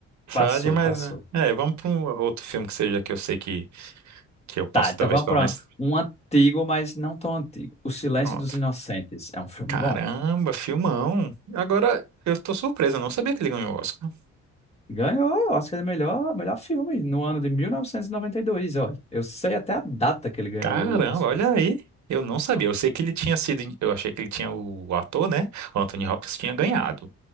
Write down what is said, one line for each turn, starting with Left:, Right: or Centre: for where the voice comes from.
Right: Frade,
Left: passou,
Right: mas
Left: passou.
Right: né? É, vamos para um outro filme que seja que eu sei que, que eu posso
Left: Tá, então
Right: talvez
Left: vamos
Right: para
Left: para
Right: mais.
Left: um antigo, mas não tão antigo. O Silêncio
Right: Pronto.
Left: dos Inocentes é um filme
Right: Caramba,
Left: bom.
Right: filmão. Agora eu tô surpreso, eu não sabia que ele ganhou o Oscar.
Left: Ganhou o Oscar de melhor, melhor filme no ano de mil novecentos e e noventa e dois olha. Eu sei até a data que ele ganhou
Right: Caramba,
Left: esse
Right: olha
Left: Oscar.
Right: aí. Eu não sabia. Eu sei que ele tinha sido, eu achei que ele tinha o ator, né? O Anthony Hopkins tinha ganhado.